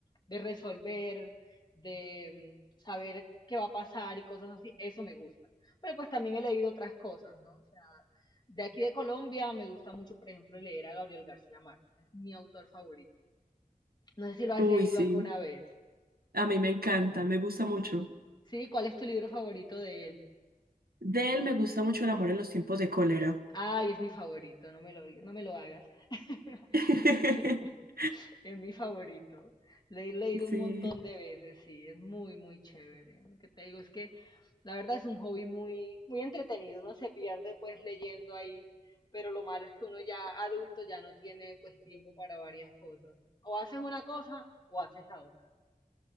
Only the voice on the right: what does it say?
Uy,
sí.
A mí me encanta, me gusta mucho.
De él me gusta mucho El amor en los tiempos de cólera.
<laughs>
Sí,